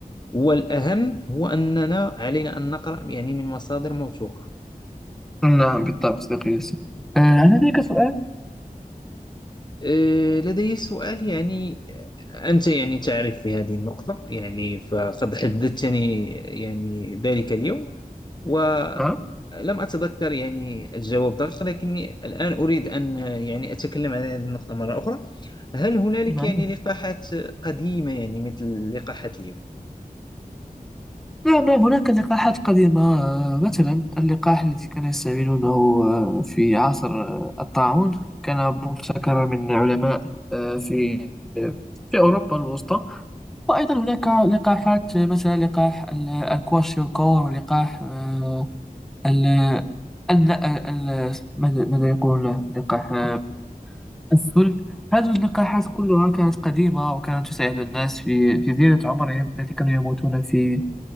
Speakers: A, on the left; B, in the centre.
A: والأهم هو أننا علينا أن نقرأ يعني من مصادر موثوقة
B: نعم بالطبع صديقي ياسين أه، هل لديك سؤال؟
A: أه، لدي سؤال يعني أنت يعني تعرف في هذه النقطة يعني فقد حدثتني يعني ذلك اليوم ولم
B: نعم
A: أتذكر يعني الجواب دقيق لكني الآن أريد أن يعني أتكلم عن هذه النقطة مرة أخرى هل هنالك
B: نعم
A: يعني لقاحات قديمة يعني مثل لقاحات اليوم؟
B: نعم نعم، هناك لقاحات قديمة آه، مثلا اللقاح الذي كانوا يستعملونه آه، في عصر آه، الطاعون كان مبتكرا من علماء آه، في في أوروبا الوسطى وأيضا هناك لقاحات مثلا لقاح ال- الكواشيوركور ولقاح آه، ال ال- ال- ماذا ماذا يقولون لقاح آه، السل هذه اللقاحات كلها كانت قديمة وكانت تساعد الناس في في زيادة عمرهم التي كانوا يموتون في